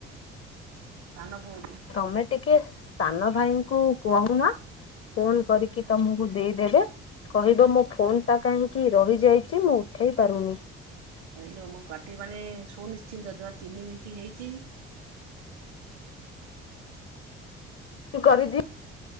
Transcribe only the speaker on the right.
ସାନ ପୁଅକୁ
ହେଇଲୋ ମୋ ପର୍ତି ବନେ ସୁନିଶ୍ଚିନ୍ତ ଜମା ତିନି ମିନିଟ୍ ହେଇଛି।